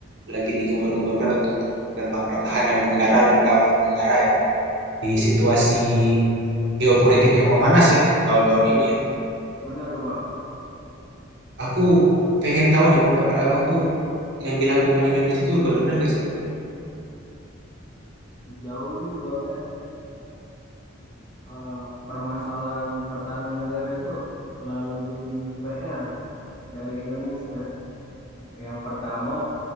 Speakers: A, on the right; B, on the left.
A: lagi digembar-gemborkan untuk tentang pertahanan negara dan keamanan negara ya di situasi geopolitik yang memanas ya di tahun-tahun ini ya.
B: bener bang.
A: Aku pengen tahu nih pendapat Abang tuh yang dilakukan Indonesia tuh udah bener nggak sih?
B: Jauh ini bang ya, eh, permasalahan pertahanan negara itu selalu jadi PR dari Indonesia. Yang pertama,